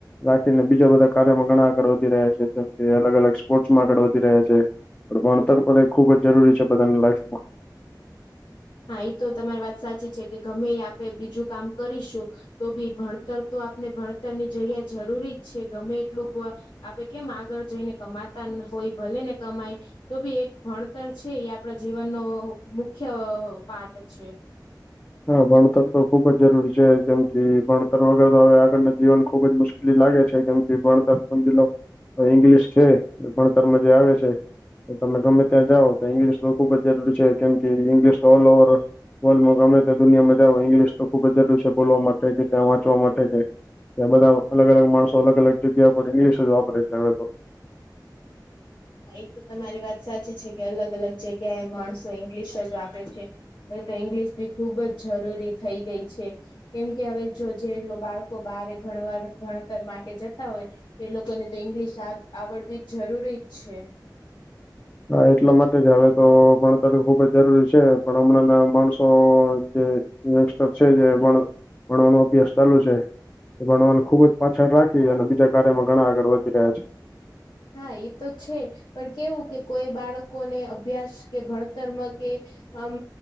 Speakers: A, on the left (about 25°); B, on the left (about 85°).
A: રાખીને બીજા બધા કાર્યોમાં ઘણા આગળ વધી રહ્યા છે જેમ કે અલગ-અલગ સ્પોર્ટ્સમાં આગળ વધી રહ્યા છે. પણ ભણતર ભલે ખુબ જ જરૂરી છે બધાની લાઈફમાં.
B: હા એ તો તમારી વાત સાચી છે કે ગમે એ આપે બીજું કામ કરીશું. તો ભી ભણતર તો આપને ભણતરની જગ્યા જરૂરી જ છે ગમે એટલું બ આપે કેમ આગળ જઈને કમાતા હોય ભલે ને કમાય. તો ભી એક ભણતર છે એ આપણા જીવનનો મુખ્ય પાર્ટ છે.
A: હા ભણતર તો ખુબ જ જરૂરી છે કેમ કે ભણતર વગર તો હવે આગળના જીવન ખુબ જ મુશ્કે કેલી લાગે છે કેમ કે ભણતર સમજીલો ઇંગ્લિશ છે ભણતરમાં જે આવે છે. તમે ગમે ત્યાં જાઓ તો ઇંગ્લિશ તો ખુબ જ જરૂરી છે કેમ કે ઇંગ્લિશ તો ઓલ ઓવર, વર્લ્ડમાં ગમે તે દુનિયામાં જાવ ઇંગ્લિશ તો ખુબ જરૂરી છે, બોલવા માટે કે ત્યાં વાંચવા માટે કે. ત્યાં બધા અલગ-અલગ માણસો અલગ-અલગ જગ્યા પર ઇંગ્લિશ જ વાપરે છે હવે તો.
B: હા એક તો તમારી વાત સાચી છે કે અલગ-અલગ જગ્યાએ માણસો ઇંગ્લિશ જ વાપરે છે. હવે તો ઇંગ્લિશ બી ખુબ જ જરૂરી થઈ ગઈ છે. કેમ કે હવે જો જે બાળકો બારે ભણવાર ભણતર માટે જતા હોય. એ લોકોને તો ઈંગ્લિશ આવ આવડવી જ જરૂરી જ છે.
A: હા એટલા માટે જ હવે તો ભણતર ખુબ જ જરૂરી છે પણ હમણાં ના માણસો જે, યંગસ્ટર છે જે પણ ભણવાનો અભ્યાસ ચાલુ છે. ભણવાને ખુબ જ પાછળ રાખી અને બીજા કાર્યમાં ઘણા આગળ વધી રહ્યા છે.
B: હા એ તો છે પણ કેવું કે કોઈ બાળકોને અભ્યાસ કે ભણતરમાં કે, આમ